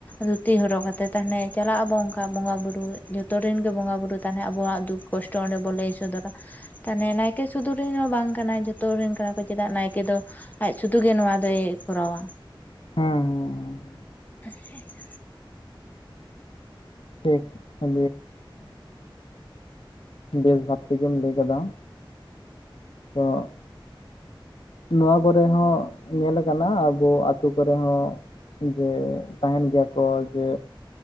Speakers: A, on the left; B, on the left.
A: ᱫᱷᱩᱛᱤ ᱦᱚᱨᱚᱜ ᱠᱟᱛᱮᱫ ᱛᱟᱦᱞᱮ ᱪᱟᱞᱟᱜ ᱟᱵᱚ ᱚᱱᱠᱟ ᱵᱚᱸᱜᱟ ᱵᱩᱨᱩ ᱡᱚᱛᱚᱨᱮᱱ ᱜᱮ ᱵᱚᱸᱜᱟ ᱵᱩᱨᱩ ᱛᱟᱦᱞᱮ ᱟᱵᱚᱣᱟᱜ ᱫᱩᱠ ᱠᱚᱥᱴᱚ ᱚᱸᱰᱮ ᱵᱚᱱ ᱞᱟᱹᱭ ᱥᱚᱫᱚᱨᱟ ᱛᱟᱦᱞᱮ ᱱᱟᱭᱠᱮ ᱥᱩᱫᱷᱚᱨ ᱦᱚᱸ ᱵᱟᱝ ᱠᱟᱱᱟᱭ ᱡᱚᱛᱚ ᱨᱮᱱ ᱠᱟᱱᱟ ᱠᱚ ᱪᱮᱫᱟᱜ ᱱᱟᱭᱠᱮ ᱫᱚ ᱟᱡ ᱥᱩᱫᱷᱩ ᱜᱮ ᱱᱚᱣᱟ ᱫᱚᱭ ᱠᱚᱨᱟᱣᱟ
B: ᱦᱚᱸ ᱦᱛᱸ
A: <inaudible>
B: ᱴᱮᱠ <unintelligible> ᱵᱮᱥ ᱵᱷᱟᱵ ᱛᱮᱜᱮᱢ ᱞᱟᱹᱭ ᱟᱠᱟᱫᱟ ᱛᱚ ᱱᱚᱣᱟ ᱠᱚᱨᱮ ᱦᱚᱸ ᱧᱮᱞ ᱟᱠᱟᱱᱟ ᱟᱵᱚ ᱟᱛᱳ ᱠᱚᱨᱮ ᱦᱚᱸ ᱡᱮ ᱛᱟᱦᱮᱱ ᱜᱮᱭᱟ ᱠᱚ ᱡᱮ